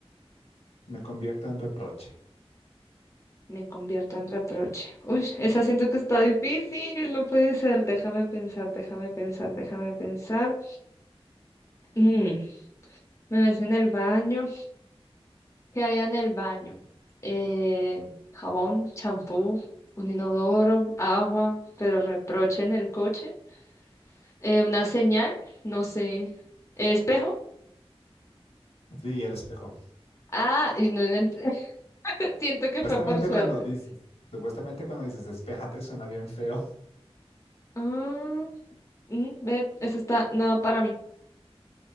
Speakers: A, on the left (about 80°); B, on the left (about 30°).
A: me convierto en reproche.
B: Me convierto en reproche. Uy, esa siento que está difícil, no puede ser. Déjame pensar, déjame pensar, déjame pensar. Mm, me ves en el baño. ¿Qué hay en el baño? Eh, jabón, champú, un inodoro, agua, pero reproche en el coche. Eh, una señal, no sé. ¿Espejo?
A: Sí, el espejo.
B: Ah, y no le ent- <laughs> siento
A: Supuestamente
B: que fue por suerte.
A: cuando dices, supuestamente cuando dices, espéjate, suena bien feo.
B: Ah, mm, ve, eso está nueva para mí.